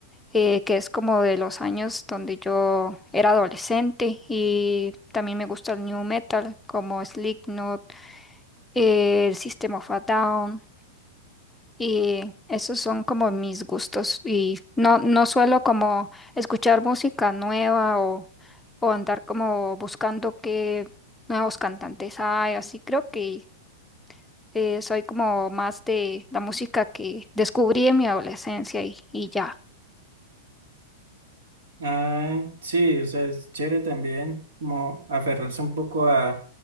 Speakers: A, in the centre; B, on the right (about 75°).
A: eh, que es como de los años donde yo era adolescente y también me gusta el new metal como Slipknot, eh, el System of a Down y esos son como mis gustos y no, no suelo como escuchar música nueva o, o andar como buscando qué nuevos cantantes hay, así creo que eh, soy como más de la música que descubrí en mi adolescencia y, y ya.
B: ah, sí, o sea, es chévere también, como aferrarse un poco a,